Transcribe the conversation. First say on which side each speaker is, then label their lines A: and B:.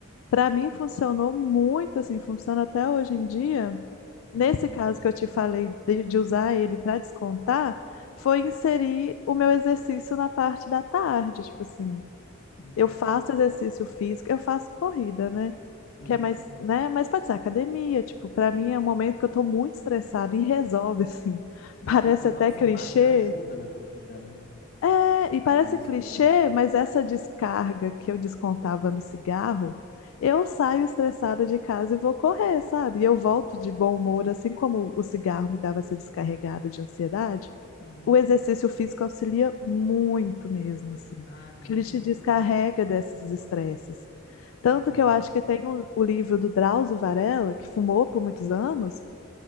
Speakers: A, on the left; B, on the left.
A: para mim funcionou muito assim, funciona até hoje em dia. Nesse
B: Uhum.
A: caso que eu te falei de, de usar ele para descontar, foi inserir o meu exercício na parte da tarde, tipo assim.
B: Hum.
A: Eu faço exercício físico, eu faço corrida, né?
B: Uhum.
A: Que é mais, né? Mas pode ser academia, tipo, pra mim é um momento que eu tô muito estressada e resolve, assim. <laughs>
B: E,
A: Parece
B: a- e, e
A: até
B: não fumar
A: clichê.
B: já ajuda na corrida, né?
A: É, e parece
B: Você tem mais
A: clichê,
B: fôlego.
A: mas essa descarga que eu descontava no cigarro, eu saio estressada de casa e vou correr, sabe? E eu volto de bom humor, assim como o cigarro me dava essa descarregada de ansiedade.
B: Uhum.
A: O exercício físico auxilia muito mesmo, assim,
B: Ah,
A: porque
B: é uma
A: ele
B: boa.
A: te descarrega desses estresses. Tanto
B: Uhum.
A: que eu acho que tem um- o livro do Drauzio Varela, que fumou por muitos anos,